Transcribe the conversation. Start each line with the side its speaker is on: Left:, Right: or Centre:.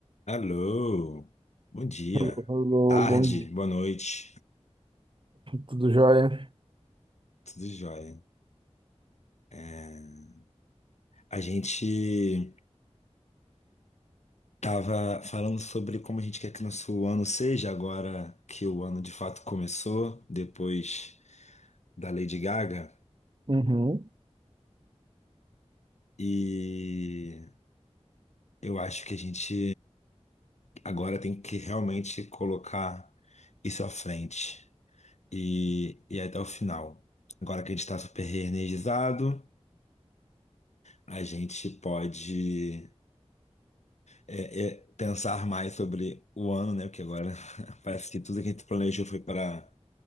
Left: Alô, bom dia,
Right: Hello, hello,
Left: tarde,
Right: bom dia,
Left: boa noite,
Right: tudo jóia?
Left: tudo jóia. É, A gente tava falando sobre como a gente quer que nosso ano seja agora que o ano de fato começou, depois da Lady Gaga,
Right: Uhum.
Left: e eu acho que a gente agora tem que realmente colocar isso à frente e, e até o final. Agora que a gente está super reenergizado, a gente pode. é, é pensar mais sobre o ano, né? Porque agora <laughs> parece que tudo que a gente planejou foi para